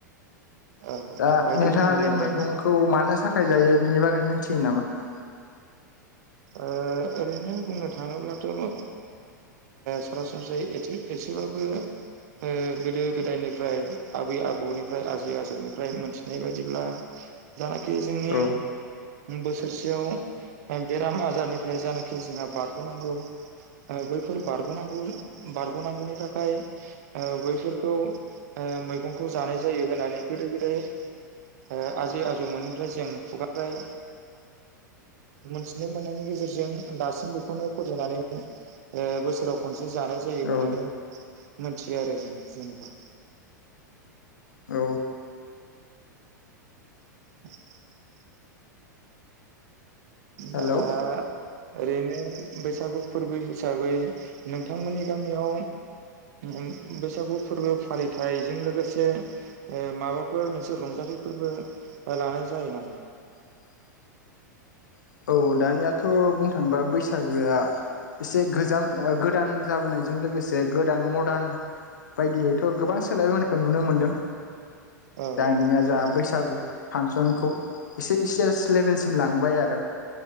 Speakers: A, on the right; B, on the left.
A: औ
B: दा
A: बायदि
B: नोंथाङा
A: रोखोमनि
B: बे
A: आरोना
B: मैगंखौ मानो था खाय जायो बिनि बागै मिथियो नामा?
A: ओ ओरैनो बुंनो थाङोब्लाथ' ओ सरासनस्रायै एथे एसेबाबो ओ गोदो गोदायनिफ्राय आबै बै आबौनिफ्राय आजै आजौनिफ्राय मोनथिनाय बायदिब्ला जानाखि जोंनि
B: औ
A: बोसोरसेयाव बेराम आजारनिफ्राय जानाखि जोंहा बारग'नांगौ। बैफोर बारग'नांगौ बारग'नांगौनि थाखाय ओ बैफोरखौ मैगंखौ जानाय जायो होननानै गोदो गोदाय ओ आजै आजौमोननिफ्राय जों खुगानिफाय मोनथिनो मोननायनि गेजेरजों दासिम बेखौनो फोथायनानै ओ बोसोराव खनसे जानाय जायो
B: औ
A: होननानै मोनथियो आरो जों जेनेबा।
B: औ।
A: <inaudible>
B: हेलौ
A: दा ओरैनो बैसागु फोरबो हिसाबै नोंथांमोननि गामियाव ओम बैसागु फोरबो फालिथाइजों लोगोसे माबाफोर मोनसे रंजा -थाय फोरबो लानाय जायो नामा?
B: <inaudible> औ दानियाथ' बुंनो थाङोबा बैसागोआ एसे गोजाम गोदान जाबोनायजों लोगोसे गोदान मदार्न बायदियैथ' गोबां सोलायबोनायखौ नुनो मोनदों।
A: औ
B: दानिया जा
A: औ
B: बैसागु फांसन खौ एसे इस लेबेलसिम लांबाय आरो